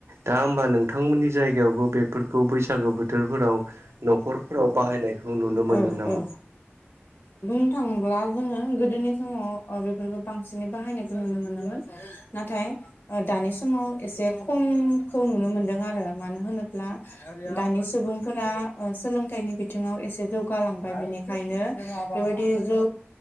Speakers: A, on the right; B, on the left.
A: दा होमबा नोंथांमोननि जायगायावबो बेफोरखौ बैसागो बोथोरफोराव न'खरफोराव बाहायनायखौ नुनो मोनो
B: औ
A: नामा
B: औ बुंनो थाङोब्ला जोङो गोदोनि समाव बेफोरखौ बांसिनै बाहायनायखौ नुनो मोनोमोन नाथाय दानि समाव एसे खमखौ नुनो मोनदों आरो मानो होनोब्ला दानि सुबुंफोरा सोलोंथाइनि बिथिङाव एसे जौगालांबाय बिनिखायनो बेबायदि जौ